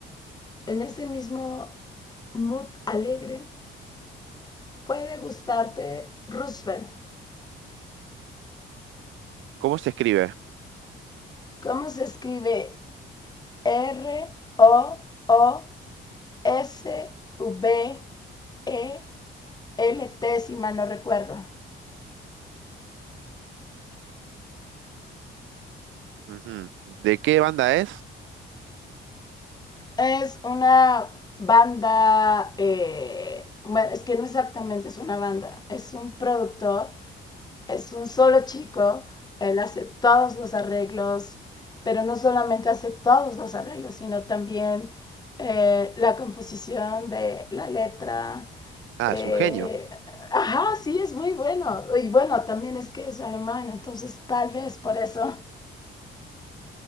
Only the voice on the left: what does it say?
en ese mismo mood alegre puede gustarte Roosevelt.
¿Cómo se escribe R O O S V E L T, si mal no recuerdo.
Es una banda, eh, bueno, es que no exactamente es una banda, es un productor, es un solo chico, él hace todos los arreglos, pero no solamente hace todos los arreglos, sino también eh, la composición de la letra,
Eh,
ajá, sí, es muy bueno. Y bueno, también es que es alemán, entonces tal vez por eso,